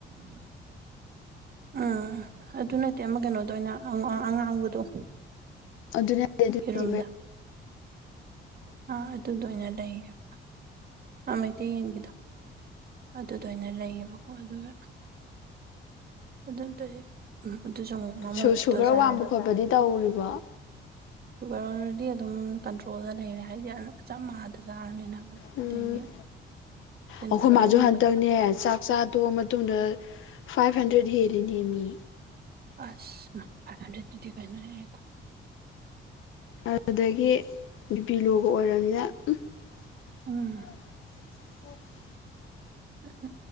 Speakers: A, on the right; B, on the left.
A: <inaudible> ꯎꯝ ꯑꯗꯨ ꯅꯠꯇꯦ ꯑꯃ ꯀꯩꯅꯣꯗ ꯑꯣꯏꯅ <unintelligible> ꯉꯣ ꯑꯃ ꯑꯉꯥꯡꯕꯗꯣ
B: ꯑꯗꯨ ꯅꯠꯇꯦ ꯑꯗꯨ <unintelligible>
A: ꯌꯦꯔꯨꯝꯗ ꯑꯥ ꯑꯗꯨꯗꯣꯑꯣꯏꯅ ꯂꯩꯌꯦꯕ ꯑ ꯃꯩꯇꯩ ꯌꯦꯟꯒꯤꯗꯣ ꯑꯗꯨ ꯗꯨꯑꯣꯏꯅ ꯂꯩꯌꯦꯕꯀꯣ ꯑꯗꯨꯒ ꯑꯗꯨ <unintelligible> ꯍꯦ ꯎꯝ ꯑꯗꯨꯁꯨ ꯑꯃꯨꯛ ꯃꯃꯨꯠꯇꯣ
B: ꯁꯨ ꯁꯨꯒꯔ
A: ꯆꯥꯔꯒ
B: ꯋꯥꯡꯕ ꯈꯣꯠꯄꯗꯤ ꯇꯧꯔꯤꯕꯣ
A: ꯁꯨꯒꯔ ꯗꯤ ꯑꯗꯨꯝ ꯀꯟꯇ꯭ꯔꯣꯜꯗ ꯂꯩꯔꯦ ꯍꯥꯏꯗꯤ ꯑꯆꯝ ꯃꯥꯟꯗ ꯆꯥꯔꯕꯅꯤ
B: ꯎꯝ
A: ꯑꯗꯩꯗꯤ <inaudible>
B: ꯑꯩꯈꯣꯏ
A: ꯄꯥꯎꯗꯔꯒꯨꯝꯕꯗ
B: ꯃꯥꯁꯨ ꯍꯟꯇꯛꯅꯦ ꯆꯥꯛ ꯆꯥ ꯇꯣ ꯃꯇꯨꯡꯗ ꯐꯥꯏꯚ ꯍꯟꯗ꯭ꯔꯦꯗ ꯍꯦꯜꯂꯤꯅꯦ ꯃꯤ
A: ꯑꯁ ꯐꯥꯏꯚ ꯍꯟ꯭ꯔꯦꯠꯗꯤ ꯀꯩꯅꯣꯍꯦ
B: ꯑꯗꯨꯗꯒꯤ ꯕꯤꯄꯤ ꯂꯣꯒ ꯑꯣꯏꯔꯕꯅꯤꯅ <unintelligible>
A: ꯎꯝ <unintelligible>